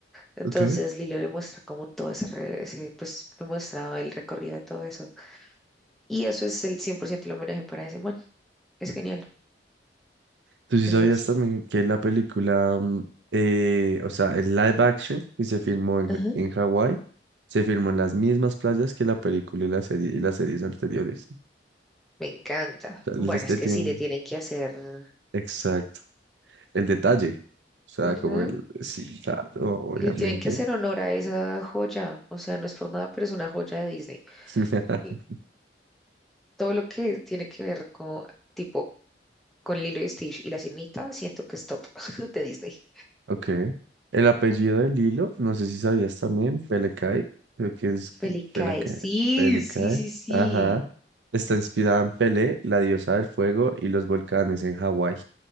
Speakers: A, in the centre; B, on the right (about 80°).
A: Entonces
B: ok.
A: Lilo le muestra como todo ese, re- ese, pues le muestra el recorrido de todo eso. Y eso es el 100% el homenaje para ese man. Es genial,
B: ¿Tú sí
A: es
B: sabías
A: buenísimo.
B: también que la película, mm, eh, o sea, el live action que se filmó en,
A: Ajá.
B: Ja- en Hawái, se filmó en las mismas playas que la película y la serie y las series anteriores?
A: Me encanta.
B: O sea,
A: Bueno,
B: este
A: es que
B: tiene
A: sí le tienen que hacer,
B: Exacto. El detalle. O sea,
A: ujú,
B: como el... Sí, claro, obviamente.
A: le tienen que hacer honor a esa joya. O sea, no es por nada, pero es una joya de Disney.
B: <laughs>
A: Y todo lo que tiene que ver con tipo con Lilo y Stitch y la sirenita, siento que es top <laughs> de Disney.
B: Ok. El apellido
A: Mm.
B: de Lilo, no sé si sabías también, Pelecae, creo que es
A: Felicae,
B: que- Pelecae,
A: sí,
B: Pelecae,
A: sí, sí, sí.
B: ajá. Está inspirada en Pele, la diosa del fuego y los volcanes en Hawái.